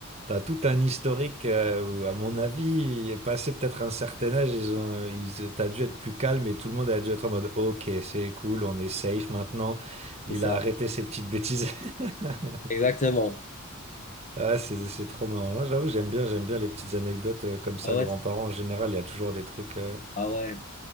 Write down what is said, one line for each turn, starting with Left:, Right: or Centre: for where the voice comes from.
Right: t'as tout un historique euh, où, à mon avis, passé peut-être un certain âge, ils ont, ils, t'as dû être plus calme et tout le monde a dû être en mode, OK, c'est cool, on est safe maintenant.
Left: C'est
Right: Il
Left: ça.
Right: a arrêté ses petites bêtises. <laughs>
Left: Exactement.
Right: Ah, c'est, c'est trop marrant. Là, j'avoue, j'aime bien, j'aime bien les petites anecdotes euh, comme ça.
Left: Ah ouais,
Right: Grands-parents, en général, il y a toujours des trucs, euh,
Left: ah ouais.